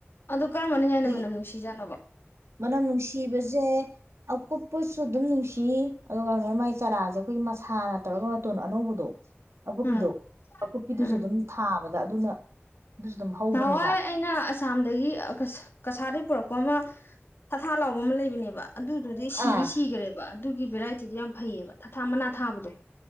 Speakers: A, on the left; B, on the right.
A: ꯑꯗꯣ ꯀꯔꯝꯕꯅ ꯍꯦꯟꯅ
B: ꯑꯈꯣꯏꯒꯤ
A: ꯃꯅꯝ ꯅꯨꯡꯁꯤꯖꯥꯠꯅꯣꯕ
B: ꯃꯅꯝ ꯅꯨꯡꯁꯤꯕꯖꯦ ꯑꯀꯨꯞ ꯄꯨꯁ ꯑꯗꯨꯝ ꯅꯨꯡꯁꯤ ꯑꯗꯨꯒ ꯃꯥꯏ ꯆꯔꯥꯖꯦ ꯑꯈꯣꯏꯒꯤ ꯃꯁꯥꯅ ꯇꯩꯔꯒ ꯃꯇꯣꯟ ꯑꯅꯧꯕꯗꯣ ꯑꯀꯨꯞꯄꯤꯗꯣ
A: ꯎꯝ
B: ꯑꯀꯨꯞꯄꯤꯗꯨꯁꯨ
A: ꯎꯝ
B: ꯑꯗꯨꯝ ꯊꯥꯕ ꯑꯗ ꯑꯗꯨꯅ ꯑꯗꯨꯝ ꯍꯧꯕꯅꯦꯕ
A: ꯅꯍꯥꯋꯥꯏ ꯑꯩꯅ ꯑꯁꯥꯝꯗꯒꯤ ꯀꯁꯥꯔꯗꯩ ꯄꯨꯔꯛꯄ ꯑꯃ ꯊꯊꯥ ꯂꯥꯎꯕ ꯑꯃ ꯂꯩꯕꯅꯦꯕ ꯑꯗꯨꯗꯨꯗꯤ ꯁꯤꯗꯤ
B: ꯑꯥ
A: ꯁꯤꯒ꯭ꯔꯦꯕ ꯑꯗꯨꯒꯤ ꯚꯦꯔꯥꯏꯇꯤꯗꯣ ꯌꯥꯝ ꯐꯩꯌꯦꯕ ꯊꯥꯊꯥ ꯃꯅꯥ ꯊꯥꯕꯗꯣ